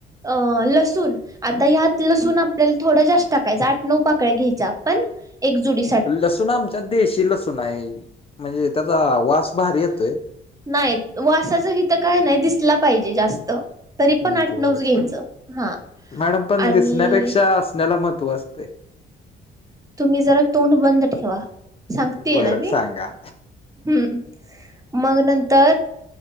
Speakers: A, on the right; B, on the left.
A: अ लसूण आता ह्यात लसूण आपल्याला थोडं जास्त टाकायचं. आठ नऊ पाकळ्या घ्यायच्या आपण एक जुडी
B: लसूण आमच्या देशी लसूण आहे. म्हणजे त्याचा वास भारी येतोय.
A: नाही वासाचं हीथं काय नाही दिसला पाहिजे जास्त. तरी
B: बर
A: पण आठ नऊच घ्यायचं हा
B: मॅडम पण
A: आणि
B: दिसण्यापेक्षा असण्याला महत्त्व असतेय.
A: तुम्ही जरा तोंड बंद ठेवा सांगतेय
B: बरं
A: ना मी
B: सांगा.
A: हम् मग नंतर